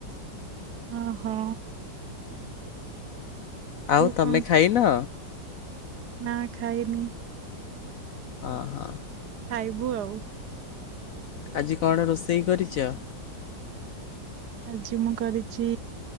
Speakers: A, on the right; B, on the left.
A: ଓ ହୋ।
B: ଆଉ ତମେ
A: କଣ
B: ଖାଇନ?
A: ନା ଖାଇନି।
B: ହ ହଁ।
A: ଖାଇବୁ ଆଉ।
B: ଆଜି କଣ ରୋଷେଇ କରିଛ?
A: ଆଜି ମୁଁ କରିଛି